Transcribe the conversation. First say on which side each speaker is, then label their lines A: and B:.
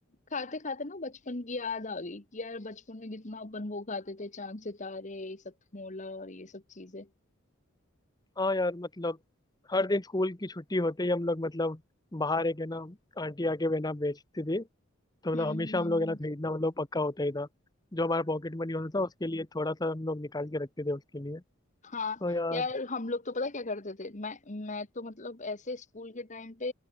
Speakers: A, on the left; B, on the left.
A: खाते खाते ना बचपन की याद आ गई कि यार बचपन में कितना अपन वो खाते थे चांद सितारे ये सब मोला और ये सब चीजें
B: हाँ यार मतलब हर दिन स्कूल की छुट्टी होते ही हम लोग मतलब बाहर एक है ना आंटी आके बेना बेचती थी तो मतलब
A: हम्म
B: हमेशा
A: हम्म
B: हम
A: हम्म।
B: लोग है ना खरीदना मतलब पक्का होता ही था जो हमारा पॉकेट मनी होता था उसके लिए थोड़ा सा हम लोग निकाल के रखते थे उसके लिए
A: हाँ
B: तो यार
A: यार हम लोग तो पता क्या करते थे मैं मैं तो मतलब ऐसे स्कूल के टाइम पे